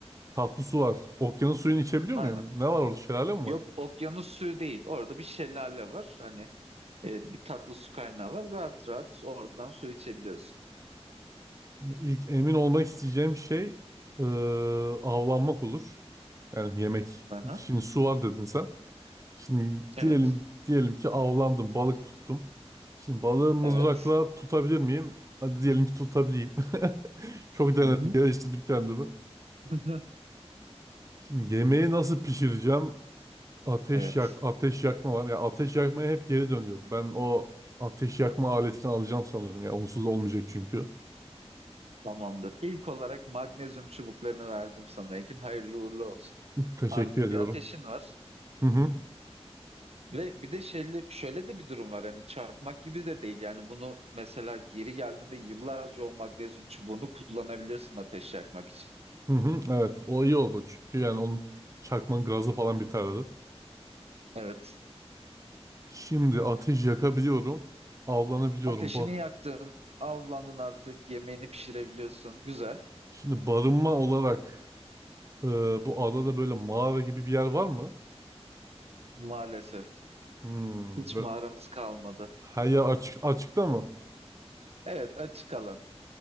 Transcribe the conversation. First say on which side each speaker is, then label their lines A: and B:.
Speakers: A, on the right; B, on the right.
A: Tatlı su var. Okyanus suyunu içebiliyor
B: Aynen.
A: muyum? Ne var orada? Şelale mi
B: Yok
A: var?
B: okyanus suyu değil. Orada bir şelale var. Hani e, bir tatlı su kaynağı var. Rahat rahat oradan su içebiliyorsun.
A: İlk emin olmak isteyeceğim şey eee, avlanmak olur. Yani yemek.
B: Aha.
A: Şimdi su var dedin sen. Şimdi
B: Evet.
A: diyelim diyelim ki avlandım, balık tuttum. Şimdi balığı mızrakla
B: Evet.
A: tutabilir miyim? Hadi diyelim ki tutabileyim. <laughs> Çok denedim,
B: Hı hı.
A: geliştirdim kendimi.
B: <laughs>
A: Şimdi yemeği nasıl pişireceğim? Ateş
B: Evet.
A: yak, ateş yakma var. Ya ateş yakmaya hep geri dönüyorum. Ben o ateş yakma aletini alacağım sanırım ya. Onsuz olmayacak çünkü.
B: Tamamdır. İlk olarak magnezyum çubuklarını verdim sana Ekin. Hayırlı uğurlu olsun.
A: Teşekkür
B: Artık
A: ediyorum.
B: bir ateşin var.
A: Hı hı.
B: Ve bir de şöyle, şöyle de bir durum var. Hani çarpmak gibi de değil. Yani bunu mesela geri geldiğinde yıllarca o magnezyum çubuğunu kullanabilirsin ateş yakmak için.
A: Hı hı. Evet, o iyi oldu. Çünkü yani onun çakmanın gazı falan biterdi.
B: Evet.
A: Şimdi ateş yakabiliyorum. Avlanabiliyorum.
B: Ateşini
A: Bu.
B: yaktın, avlandın artık, yemeğini pişirebiliyorsun. Güzel.
A: Şimdi barınma olarak e, bu adada böyle mağara gibi bir yer var mı?
B: Maalesef
A: Hmm,
B: hiç
A: böyle
B: mağaramız kalmadı.
A: her yer açık, açıkta mı?
B: Evet, açık alan.